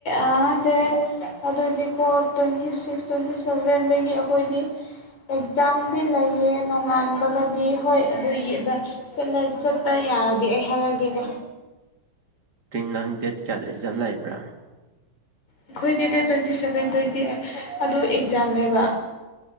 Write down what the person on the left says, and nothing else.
<unintelligible> ꯑ ꯗꯦ ꯑꯗꯨꯗꯤ ꯀꯣ ꯇ꯭ꯋꯦꯟꯇꯤ ꯁꯤꯀ ꯇ꯭ꯋꯦꯟꯇꯤ ꯁꯦꯚꯦꯟ ꯗꯒꯤ ꯑꯩꯈꯣꯏꯗꯤ ꯑꯦꯛꯖꯥꯝꯗꯤ ꯂꯩꯌꯦ ꯅꯣꯡꯉꯥꯟꯕꯒꯗꯤ ꯍꯣꯏ ꯑꯗꯨꯏ ꯗ ꯆꯠꯂꯥ ꯆꯠꯄ ꯌꯥꯔꯗꯤ ꯑꯩ ꯍꯥꯏꯔꯒꯦꯀꯣ
ꯑꯩꯈꯣꯏꯗꯤ date twenty seven twenty eight ꯑꯗꯣ ꯑꯦꯛꯖꯥꯝꯅꯦꯕ